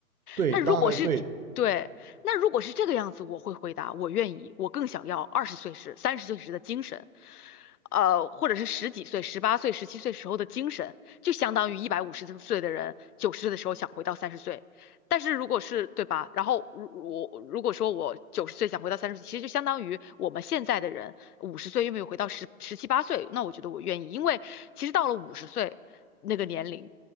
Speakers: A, on the right (about 70°); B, on the left (about 85°).
A: 对，
B: 那如果是对，
A: 大概对，
B: 那如果是这个样子，我会回答我愿意，我更想要二十岁时、三十岁时的精神，呃，或者是十几岁、十八岁、十七岁时候的精神，就相当于一百五十岁的人九十岁的时候想回到三十岁。但是如果是对吧？然后如我如果说我九十岁想回到三十岁，其实就相当于我们现在的人五十岁又没有回到十十七八岁，那我觉得我愿意，因为其实到了五十岁那个年龄。